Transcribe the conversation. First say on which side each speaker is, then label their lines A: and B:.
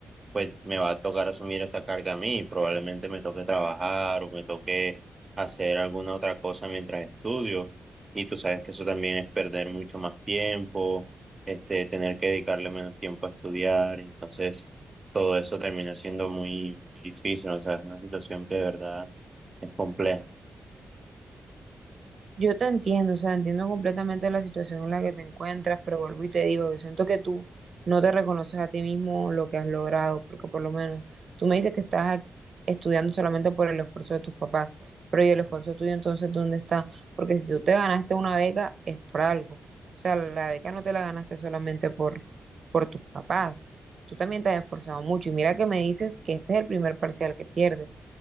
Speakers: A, on the right (about 30°); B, on the right (about 55°).
A: pues me va a tocar asumir esa carga a mí. Probablemente me toque trabajar o me toque hacer alguna otra cosa mientras estudio. Y tú sabes que eso también es perder mucho más tiempo, este, tener que dedicarle menos tiempo a estudiar. Entonces, todo eso termina siendo muy, muy difícil. O sea, es una situación que de verdad es compleja.
B: Yo te entiendo, o sea, entiendo completamente la situación en la que te encuentras, pero vuelvo y te digo, yo siento que tú no te reconoces a ti mismo lo que has logrado, porque por lo menos tú me dices que estás ac- estudiando solamente por el esfuerzo de tus papás, pero ¿y el esfuerzo tuyo entonces dónde está? Porque si tú te ganaste una beca es por algo, o sea, la beca no te la ganaste solamente por, por tus papás, tú también te has esforzado mucho y mira que me dices que este es el primer parcial que pierdes.